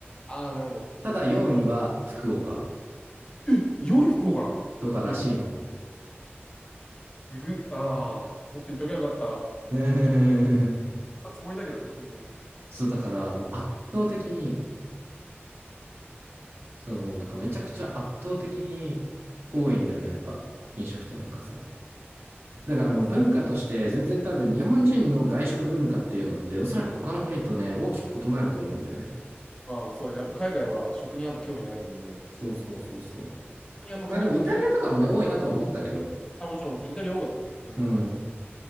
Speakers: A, on the left; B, on the right.
A: ああ、なるほど。
B: ただ4位は福岡
A: え、良い福岡なんえぐ、
B: とからしいの。
A: えぐ、ああ、もっと言っときゃよかった。
B: <laughs>
A: 初終わりだけどね。うん。
B: そう、だからもう圧倒的に、そう、もうなんかめちゃくちゃ圧倒的に多いんだよね、やっぱ。飲食店の数が。だからもう文化として全然多分日本人の外食文化っていうのっておそらく他の国とね、
A: なんかそ
B: 大きく異なると思うんだよね。
A: う、まあそうだけど、やっぱ海外は食にやっぱ興味ないんで、
B: そうそうそうそう。
A: うん。にあんま金をかけない。
B: まあでもイタリアとかもね、多いなとは思ったけど。
A: あ、もちろんもちろん、イタリア多かったよ。うん。
B: うん。